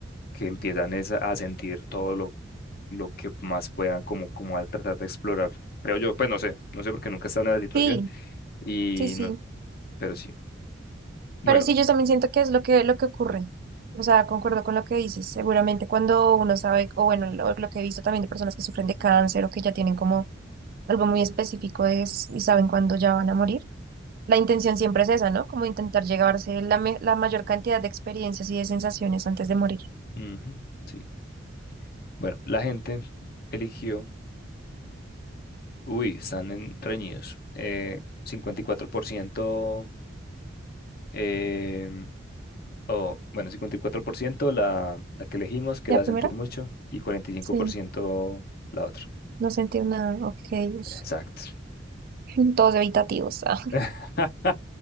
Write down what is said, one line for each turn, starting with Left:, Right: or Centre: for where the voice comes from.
Left: que empiezan es a a sentir todo lo, lo que más puedan, como, como a tratar de explorar. Creo yo, pues no sé, no sé porque nunca he estado en esa situación
Right: Sí,
Left: y
Right: sí, sí.
Left: no, pero sí. Bueno,
Right: Pero sí, yo también siento que es lo que, lo que ocurre. O sea, concuerdo con lo que dices. Seguramente cuando uno sabe, o bueno, lo, lo que he visto también de personas que sufren de cáncer o que ya tienen como algo muy específico es y saben cuándo ya van a morir. La intención siempre es esa, ¿no? Como intentar llevarse la, me- la mayor cantidad de experiencias y de sensaciones antes de morir.
Left: ujú, sí. Bueno, la gente eligió Uy, están en reñidos. Eh, cincuenta y cuatro por ciento, em, o bueno, 54% la, la que elegimos, que
Right: ¿La
Left: era
Right: primera?
Left: sentir mucho, y cuarenta y cinco
Right: Sí,
Left: por ciento la otra.
Right: no sentir nada, ok. uf.
Left: Exacto.
Right: <laughs> Todos evitativos. ah.
Left: <laughs>